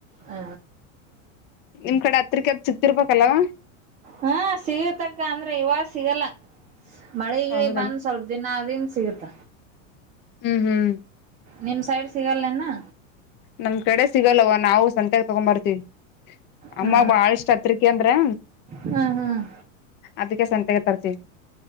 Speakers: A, on the right (about 20°); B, on the left (about 30°).
A: ಹ
B: ನಿಮ್ ಕಡೆ ಹತ್ರಿಕೆ ಸಿಕ್ತಿರ್ಬೇಕಲ್ಲವಾ
A: ಹಾ ಸಿಗುತಕ್ಕ ಅಂದ್ರೆ ಇವಾಗ ಸಿಗಲ್ಲ ಮಳೆಗಿಳಿ
B: ಹೌದನ್
A: ಬಂದ್ ಸ್ವಲ್ಪ ದಿನ ಅದಿಂದ ಸಿಗುತ್ತ
B: ಹ್ಮ್ ಹ್ಮ್
A: ನಿಮ್ಮ ಸೈಡ್ ಸಿಗಲ್ಲೆನಾ
B: ನಮ್ ಕಡೆ ಸಿಗಲ್ವ ನಾವು ಸಂತೆಲಿ ತಗೊಂಬರ್ತೀವಿ
A: ಹಾ
B: ಅಮ್ಮ ಬಾಳಷ್ಟ್ ಹತ್ರಿಕೆ ಅಂದ್ರೆ
A: ಹ್ಮ್ ಹ್ಮ್
B: ಅದಕ್ಕೆ ಸಂ ತಿಗೆ ತರ್ತಿವಿ